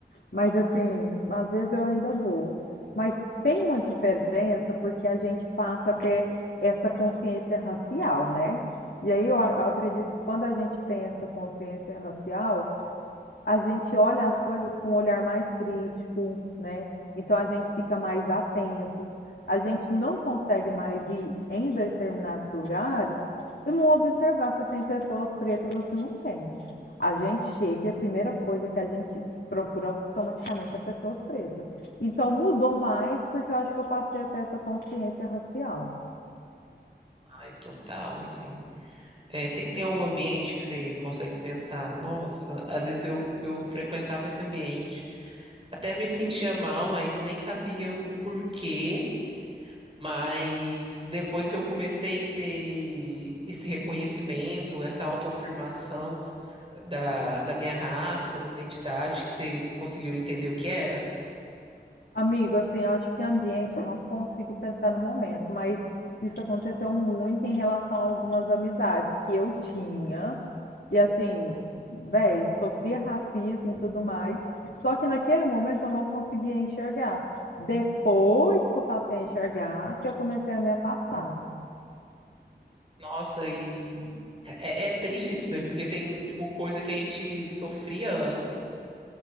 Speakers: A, on the left (about 70°); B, on the right (about 30°).
A: Mas assim, às vezes eu ainda vou. Mas tem uma diferença porque a gente passa a ter essa consciência racial, né? E aí eu a- eu acredito que quando a gente tem essa consciência racial, a gente olha as coisas com um olhar mais crítico, né? Então a gente fica mais atento. A gente não consegue mais ir em determinados lugares e não observar se tem pessoas pretas ou se não tem. A gente chega e a primeira coisa que a gente procura automaticamente é pessoas pretas. Então mudou mais porque eu acho que eu passei até essa consciência racial.
B: Ai, total, assim. É, tem, tem algum ambiente que você consegue pensar, nossa, às vezes eu, eu frequentava esse ambiente, até me sentia mal, mas nem sabia o porquê. Mas depois que eu comecei a ter esse reconhecimento, essa autoafirmação da, da minha raça, da minha identidade, que você conseguiu entender o que era,
A: Amigo, assim, eu acho que ambiente eu não consigo pensar no momento, mas isso aconteceu muito em relação a algumas amizades que eu tinha, e assim, véi, sofria racismo e tudo mais, só que naquele momento eu não conseguia enxergar. Depois que eu passei a enxergar, que eu comecei a me afastar.
B: nossa, e é, é triste isso daí, porque tem, tipo, coisa que a gente sofria antes,